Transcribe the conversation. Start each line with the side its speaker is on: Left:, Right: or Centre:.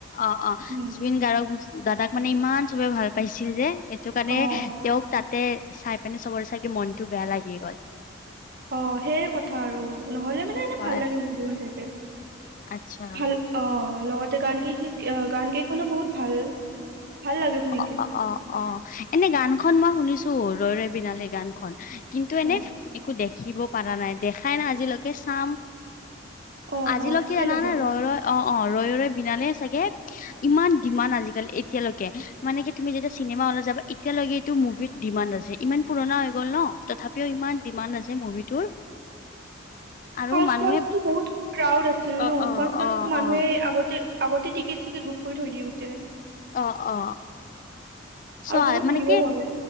Left: অ অ
Right: উম।
Left: জবিন গাৰ্গক দাদাক মানে ইমান চবে ভাল পাইছিল যে সেইটো কাৰণে
Right: অ',
Left: তেওঁক তাতে চাই পেনে চবৰে চাগে মনটো বেয়া লাগি গ'ল।
Right: অ সেইয কথা আৰু নহলে মানে এনে
Left: হয়
Right: ভাল লাগে মোৰ জীন চাইকে
Left: আচ্ছা
Right: ভাল অ, লগতে গান কেই গান কেইখনো বহুত ভাল ভাল লাগে শুনিকে।
Left: অ অ অ অ এনে গানখন মই শুনিছো ৰৈ ৰৈ বিনালী গানখন কিন্তু এনে
Right: অ',
Left: একো দেখিব পৰাৰ নাই, দেখাই না আজিলৈকে চাম,
Right: অ',
Left: আজিলৈকে
Right: অ চাই
Left: জানা
Right: ল'বা।
Left: নাই? ৰৈ ৰৈ, অ'। অ' ৰৈ ৰৈ বিনালে চাগে ইমান ডিমাণ্ড আজিকালি এতিয়ালৈকে মানে কি তুমি যেতিয়া চিনেমা হলত যাবা এতিয়ালৈকে এইটো মুভিত ডিমাণ্ড আছে ইমান। পুৰণা হৈ গ'ল ন, তথাপিও ইমান ডিমাণ্ড আছে মুভিটোৰ। আৰু
Right: ফাৰ্ষ্ট
Left: মানুহে
Right: ফাৰ্ষ্টটো বহুত ক্ৰাউড আছিল
Left: অ
Right: ন,
Left: অ
Right: ফাৰ্ষ্ট ফাৰ্ষ্টটো
Left: অ
Right: মানুহে
Left: অ
Right: আগতে আগতে টিকট-চিকেট বুক কৰি থৈ দি গোটে।
Left: অ অ চৱা
Right: আৰু বহুত
Left: মানে
Right: ভিৰো
Left: কি,
Right: হয়,